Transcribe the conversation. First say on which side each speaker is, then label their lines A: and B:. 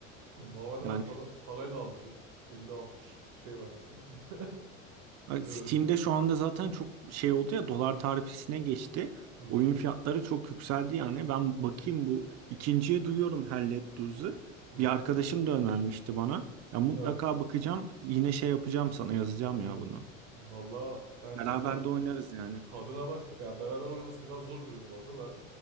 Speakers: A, on the right (about 60°); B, on the right (about 40°).
A: Normalde
B: Yani
A: ben para, parayla almıştım. 50-60 şey vermiştim. <laughs>
B: Ay,
A: Ee, hı
B: Steam'de şu anda zaten çok şey oldu ya dolar tarifesine geçti.
A: hı,
B: Oyun fiyatları çok yükseldi yani. Ben bakayım bu ikinciye duyuyorum Hellet Duz'u.
A: hı hı.
B: Bir arkadaşım da önermişti bana. Ben mutlaka
A: Evet.
B: bakacağım. Yine şey yapacağım sana yazacağım ya bunu.
A: Valla bence
B: Beraber
A: tad-
B: de oynarız yani.
A: tadına bak. Ya beraber oynaması biraz zor bir oyun bu arada da.